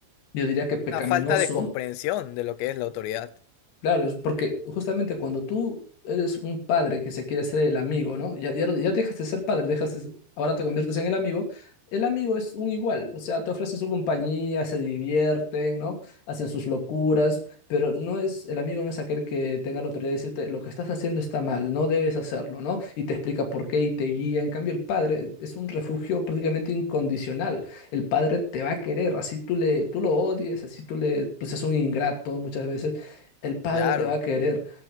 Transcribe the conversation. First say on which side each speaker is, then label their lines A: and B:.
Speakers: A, on the left (about 70°); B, on the left (about 90°).
A: yo diría que pecaminoso
B: Una falta de comprensión de lo que es la autoridad,
A: Claro, es porque justamente cuando tú eres un padre que se quiere hacer el amigo, ¿no? Ya, ya, ya dejas de ser padre, dejas de- ahora te conviertes en el amigo. El amigo es un igual, o sea, te ofrece su compañía, se divierten, ¿no? Hacen sus locuras, pero no es, el amigo no es aquel que tenga la autoridad de decirte lo que estás haciendo está mal, no debes hacerlo, ¿no? Y te explica por qué y te guía. En cambio, el padre es un refugio prácticamente incondicional. El padre te va a querer, así tú le, tú lo odies, así tú le, pues es un ingrato muchas veces el padre
B: claro,
A: te va a querer,